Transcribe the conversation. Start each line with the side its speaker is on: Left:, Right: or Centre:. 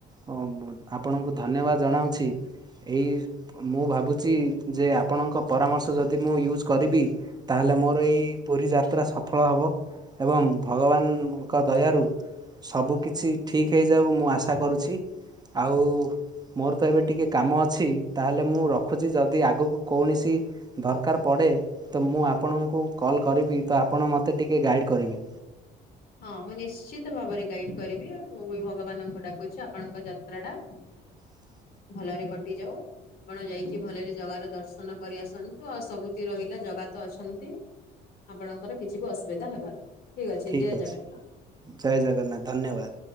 Right: ହଁ ଆପଣଙ୍କୁ ଧନ୍ୟବାଦ ଜଣାଉଛି। ଏହିଇ ମୁଁ ଭାବୁଛି ଯେ ଆପଣଙ୍କ ପରାମର୍ଶ ଯଦି ମୁଁ ୟୁଜ୍ କରିବି ତାହେଲେ ମୋର ଏଇ ପୁରୀ ଯାତ୍ରା ସଫଳ ହବ। ଏବଂ ଭଗବାନ ଙ୍କ ଦୟାରୁ ସବୁ କିିଛି ଠିକ୍ ହେଇଯାଉ ମୁଁ ଆଶା କରୁଛି ଆଉ ମୋର ତ ଏବେ ଟିକେ କାମ ଅଛି ତାହେଲେ ମୁଁ ରଖୁଛି ଯଦି ଆଗକୁ କୌଣସି ଦରକାର ପଡ଼େ ତ ମୁଁ ଆପଣଙ୍କୁ କଲ୍ କରିବି ତ ଆପଣ ମୋତେ ଟିକେ ଗାଇଡ଼୍ କରିବେ।
Left: ହଁ ମୁଁ ନିଶ୍ଚିତ ଭାବରେ ଗାଇଡ କରିବି ମୁଁ ଭଗବାନ ଙ୍କୁ ଡାକୁଛି ଆପଣଙ୍କ ଯାତ୍ରା ଟା
Right: ହ
Left: ଭଲରେ କଟିଯାଉ। ଆପଣ ଯାଇକି ଭଲରେ ଜଗାର ଦର୍ଶନ କରି ଆସନ୍ତୁ ଆଉ ସବୁତି ରହିଲା ଜାଗା ତ ଅଛନ୍ତି। ଆପଣଙ୍କର କିଛି ବି ଅସୁବିଧା ହେବନି। ଠିକ ଅଛି
Right: ଠିକ୍
Left: ଜୟ
Right: ଅଛି
Left: ଜଗନ୍ନାଥ।
Right: ଜୟ ଜଗନ୍ନାଥ ଧନ୍ୟବାଦ।